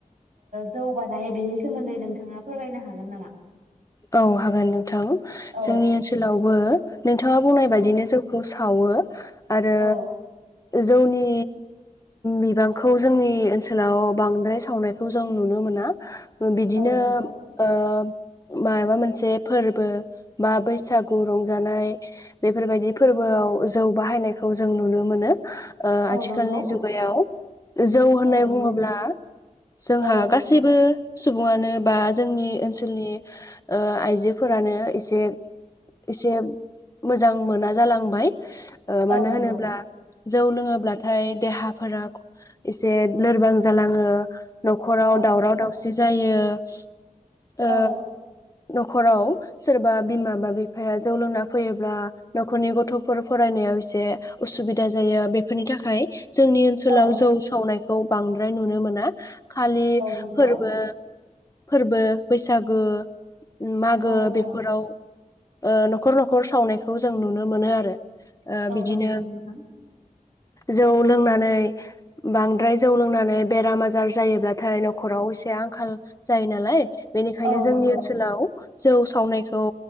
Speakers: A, on the right; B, on the left.
A: जौ बानायो बेनि सोमोन्दै नोंथाङा फोरमायनो हागोन नामा?
B: औ हागोन नोंथां
A: औ
B: जोंनि ओनसोलावबो नोंथाङा बुंनाय
A: औ
B: बायदिनो जौखौ सावो आरो
A: औ
B: जौनि बिबांखौ जोंनि ओनसोलाव बांद्राय सावनायखौ जों नुनो मोना। बिदिनो
A: औ नंगौ
B: ओ माबा मोनसे फोरबो बा बैसागु रंजानाय बेफोरबायदि फोरबोआव जौ बाहायनायखौ जों नुनो मोनो। ओ आथिखालनि
A: औ नंगौ
B: जुगायाव जौ होननाय
A: औ नंगौ
B: बुङोब्ला जोंहा
A: औ
B: गासैबो सुबुङानो बा स जोंनि ओनसोलनि ओ आइजोफोरानो एसे एसे मोजां मोना जालांबाय। ओ मानो
A: नंगौ
B: होनोब्ला जौ लोङोब्लाथाय देहाफोरा एसे लोरबां जालाङो। नखराव
A: औ
B: दावराव
A: नंगौ
B: दावसि जायो। <unintelligible> <inaudible> ओ
A: औ
B: न'खराव सोरबा बिमा बा बिफाया जौ लोंना फैयोब्ला न'खरनि गथफोर फरायनायाव एसे उसुबिदा जायो बेफोरनि थाखाय जोंनि ओनसोलाव
A: औ
B: जौ सावनायख खौ बांद्राय नुनो मोना। खालि
A: नंगौ
B: फोरबो फोरबो बैसागो मागो
A: औ
B: बेफोराव
A: औ
B: ओ न'खर न'खर सावनायखौ जों नुनो मोनो आरो। ओ
A: औ
B: बिदिनो
A: नंगौ नोंथां।
B: जौ लोंनानै बांद्राय जौ लोंनानै बेराम आजार जायोब्लाथाय नखराव एसे आंखाल जायो नालाय बेनिखायनो
A: औ नंगौ
B: जोंनि ओनसो आथिखालाव जौ सावनायखौ